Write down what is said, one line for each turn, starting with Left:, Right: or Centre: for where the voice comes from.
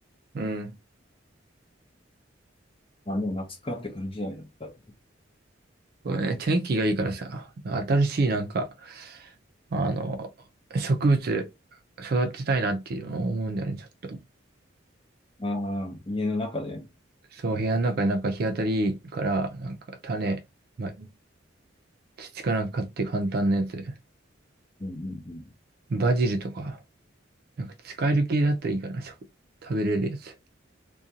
Right: うん。
Left: あ、もう夏かって感じだよね。あ
Right: これね、天気がいいからさ、新しいなんか、あの、植物育てたいなっていう思うんだよね、ちょっと。
Left: あ、家の中で。うん
Right: そう、部屋の中でなんか日当たりいいから、なんか種、ま土かなんか買って簡単なやつ。
Left: うんうん。
Right: バジルとか、なんか使える系だったらいいかな、食、食べれるやつ。